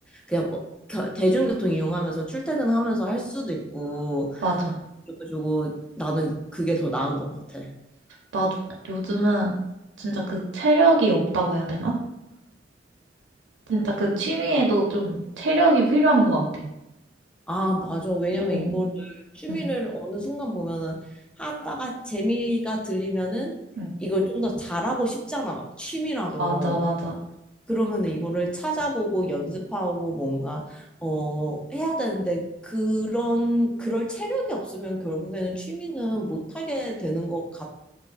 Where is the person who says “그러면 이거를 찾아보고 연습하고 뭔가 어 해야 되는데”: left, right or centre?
Centre